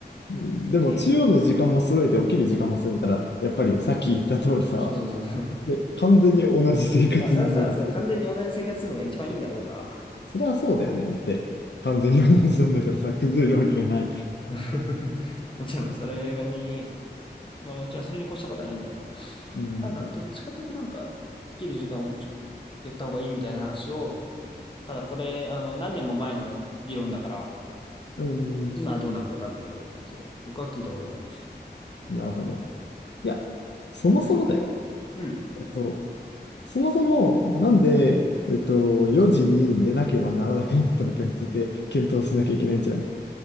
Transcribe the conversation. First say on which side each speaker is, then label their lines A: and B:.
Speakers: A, on the left; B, on the left.
A: でも、
B: て、
A: 中央の時間も揃えて起きる時間も揃えたら、
B: うん。
A: やっぱりさっき言った通りさ、
B: あそうそうそう。
A: で、完全に同じ生活リズムだったけど、
B: まあ、そらそら、その完全に同じ生活するのが一番いいんだろうが、
A: それはそうだよね。だって、完全に同じなんだからさ、崩れるわけがない。
B: ね <laughs> もちろんそれがに、まあもちろんそれに越したことはないんだけど、
A: うん、
B: まあなん、どっちかというとなんか、起きる時間をちょ、言った方がいいみたいな話を、ただこれ、あの、何年も前の理論だから、
A: うん、
B: 今はどうなのかわかんないけど、そう、僕は聞いたことがある。
A: なるほど。いや、そもそもだよ。
B: うん、うん。
A: えっと、そもそも、なんで、えっと、4時に寝なければならなくなったのかについて、検討しなきゃいけないんじゃない